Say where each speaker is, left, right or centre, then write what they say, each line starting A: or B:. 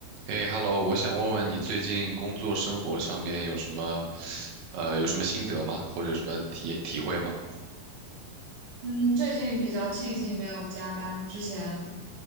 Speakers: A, on the right; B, on the right.
A: 哎，Hello，我想问问你最近工作生活上边有什么，呃，有什么心得吗？或者有什么体体会吗？
B: 嗯，最近比较庆幸没有加班，之前